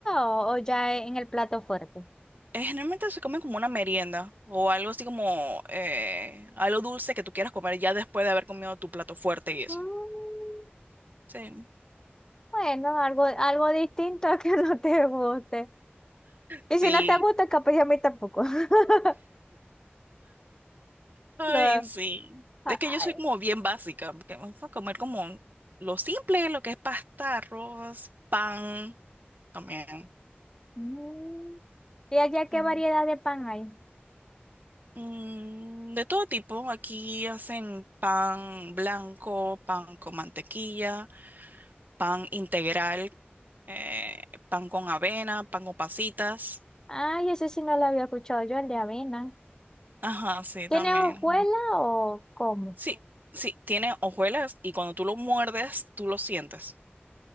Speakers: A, on the left (about 15°); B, on the right (about 50°).
A: o, o ya en el plato fuerte?
B: Eh, generalmente se come como una merienda o algo así como eh, algo dulce que tú quieras comer ya después de haber comido tu plato fuerte y eso.
A: Mm,
B: Sí.
A: Bueno, algo, algo distinto a que <laughs> no te guste. Y
B: Sí,
A: si no te gusta, capaz ya a mí tampoco. <laughs>
B: ay,
A: No.
B: sí.
A: Ah,
B: Es que
A: ah,
B: yo soy como bien básica, porque vamos a comer como lo simple, lo que es pasta, arroz, pan, también.
A: Mm. ¿Y allá qué
B: Mm.
A: variedad de pan hay?
B: Mm, de todo tipo, aquí hacen pan blanco, pan con mantequilla, pan integral, eh, pan con avena, pan con pasitas.
A: Ay, ese sí no lo había escuchado yo, el de avena.
B: Ajá, sí,
A: ¿Tiene
B: también.
A: hojuela o cómo?
B: Sí, sí, tiene hojuelas y cuando tú lo muerdes, tú lo sientes,